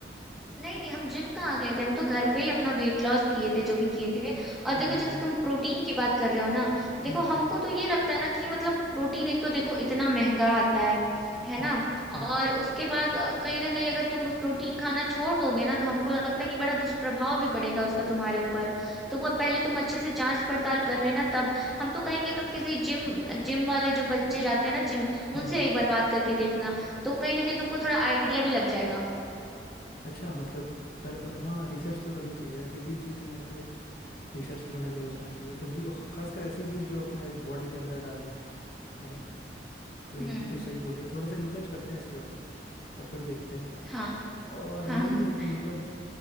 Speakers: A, in the centre; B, on the left.
A: नहीं नहीं हम जिम कहाँ गए थे हम तो घर पे ही अपना वेट लॉस किए थे जो भी किए थे और
B: हम्म
A: देखो
B: हम्म
A: जैसे तुम प्रोटीन की बात कर रहे हो ना देखो
B: हम्म हम्म
A: हमको तो ये लगता है ना कि मतलब प्रोटीन एक तो देखो इतना महंगा आता है है ना
B: हम्म हम्म हम्म,
A: और
B: हम्म।
A: उसके बाद अ, कहीं ना कहीं अगर तुम उस प्रोटीन खाना छोड़ दोगे ना तो हमको लगता है कि बड़ा दुष्प्रभाव भी पड़ेगा उसका तुम्हारे ऊपर तो वो पहले तुम अच्छे से जांच पड़ताल कर लेना तब हम तो कहेंगे तुम किसी जिम जिम वाले जो बच्चे जाते हैं ना जिम
B: हम्म,
A: उनसे
B: हम्म।
A: एक बार बात करके देखना तो कहीं ना कहीं तुमको थोड़ा आइडिया भी लग जाएगा
B: अच्छा मतलब पहले पर, हाँ रिसर्च तो करनी चाहिए यार किसी भी चीज़ में ऐसे रिसर्च के बिना नहीं घुसना चाहिए कुछ भी खासकर ऐसी चीज़ जो अपने बॉडी के अंदर डाल रहे हैं है ना तो
A: हम्म
B: ये तो सही बोले थोड़ा सा रिसर्च करते हैं इसके ऊपर और फिर देखते हैं
A: हाँ
B: और
A: हाँ
B: वही
A: <laughs>
B: है कि मतलब